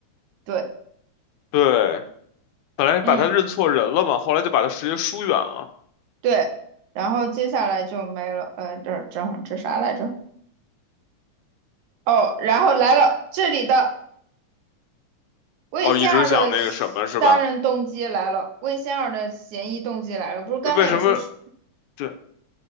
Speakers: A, on the right; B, on the left.
A: 对，
B: 对，本来把他认错人了嘛，
A: 嗯，
B: 后来就把他直接疏远了。
A: 对。然后接下来就没了，呃，这这这啥来着？哦，然后来了这里的魏仙儿的杀人动机来了，
B: 哦，一直想那个什么是吧？
A: 魏仙儿的嫌疑动机来了。不是刚才有说是，
B: 为什么？对，